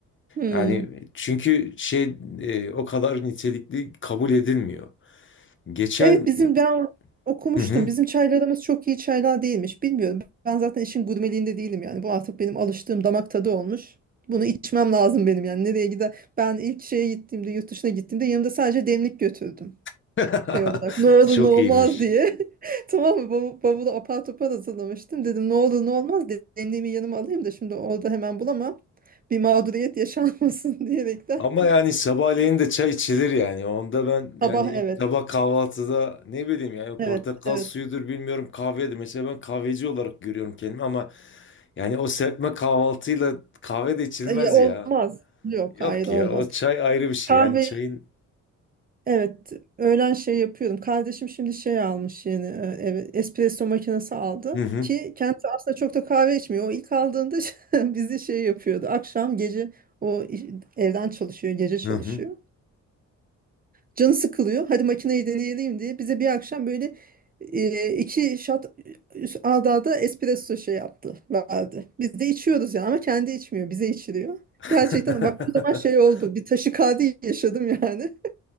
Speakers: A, on the right; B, on the left.
A: Hmm.
B: Yani çünkü şey e, o kadar nitelikli kabul edilmiyor. Geçen
A: Evet bizim
B: e,
A: ben okumuştum.
B: hı hı.
A: Bizim çaylarımız çok iyi çaylar değilmiş. Bilmiyorum. Ben zaten işin gurmeliğinde değilim yani. Bu artık benim alıştığım damak tadı olmuş. Bunu içmem lazım benim yani. Nereye gider? Ben ilk şeye gittiğimde, yurt dışına gittiğimde yanımda sadece demlik götürdüm.
B: <laughs>
A: Şey olarak ne olur
B: çok
A: ne olmaz
B: iyiymiş.
A: diye. <laughs> Tamam mı? Bav bavulu apar topar hazırlamıştım. Dedim ne olur ne olmaz de- demliğimi yanıma alayım da şimdi orada hemen bulamam. Bir mağduriyet yaşanmasın <laughs> diyerekten.
B: Ama yani sabahleyin de çay içilir yani. Onda ben
A: Sabah
B: yani
A: evet.
B: sabah kahvaltıda ne bileyim yani
A: Evet.
B: portakal
A: Evet.
B: suyudur bilmiyorum kahvedir. Mesela ben kahveci olarak görüyorum kendimi ama yani o serpme kahvaltıyla kahve de içilmez
A: E, Ya, olmaz.
B: ya.
A: Yok
B: Yok
A: hayır olmaz.
B: ya o çay ayrı bir şey.
A: Kahve
B: Yani çayın
A: evet öğlen şey yapıyordum. Kardeşim şimdi şey almış yeni e, eve espresso makinesi aldı
B: hı hı
A: ki kendisi aslında çok da kahve içmiyor. O ilk aldığında <laughs> bizi şey yapıyordu. Akşam gece o iş- evden çalışıyor, gece çalışıyor.
B: hı hı.
A: Canı sıkılıyor. Hadi makineyi deneyelim diye bize bir akşam böyle e, iki shot üst- ard arda espresso şey yaptı, verdi. Biz de içiyoruz yani ama kendi içmiyor, bize içiriyor.
B: <laughs>
A: Gerçekten bak o zaman şey oldu. Bir taşikardi yaşadım yani.